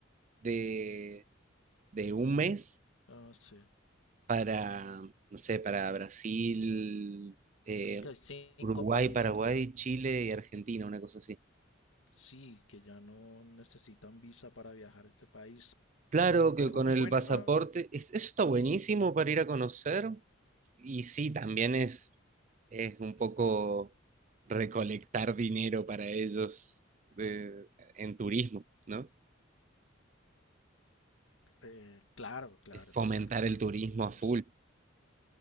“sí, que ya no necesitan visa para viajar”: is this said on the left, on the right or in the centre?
Left